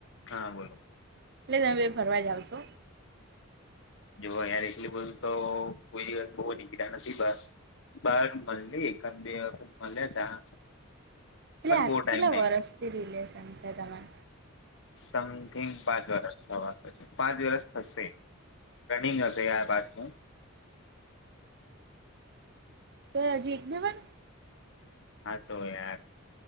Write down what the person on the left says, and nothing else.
હા બોલો
જો અઈયા એટલી બધું તો કોઈ બઉ જ દિ નસીબદાર. બાર મળલી એકાદ બે વખત મલે તા.
પણ
બહુ ટાઈમ
નહી
સમથિંગ પાંચ વરસ થવા, પાંચ વરસ થશે. રનિંગ હશે, યાર બાતનુ.
હા તો યાર.